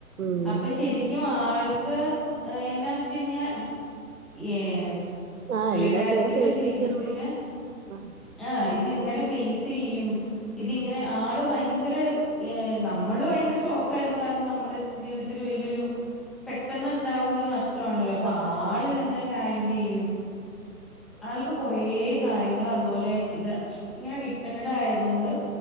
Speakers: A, on the right (about 60°); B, in the centre.
A: ഉം
B: അപ്പൊ ശെരിക്കും ആൾ ക്ക് എന്നാന്ന് വെച്ച് കഴിഞ്ഞാ ഏഹ്
A: ആഹ്
B: പുള്ളികാര്ത്തിയുടെ
A: എങ്ങനെ ചെയ്യ ഫേസ്
B: ജീവിതത്തില്
A: ചെയ്യ ആഹ്
B: ആഹ് ഇത് എങ്ങനെ ഫേയ്സ് ചെയ്യും ഇതിങ്ങനെ
A: ഉം
B: ആള് ഭയ ങ്കര ഹ് നമ്മള് ഭയങ്കര ഷോക്കായ്രുന്നു കാര്ണം നമ്മുടെ ജീവിതത്തില് വല്യെരു പെട്ടെന്ന് ഇണ്ടാവുന്നൊരു നഷ് ട്വാണല്ലോ അപ്പൊ
A: ആഹ്
B: ആളിതെങ്ങനെ ഹേൻഡിലെയ്യും
A: ഉം
B: ആൾക്ക് കൊറേ കാര്യങ്ങൾ അതുപോലെ ഇത് ഇങ്ങനെ ഡിപ്പെൻഡഡ് ആയതോണ്ട്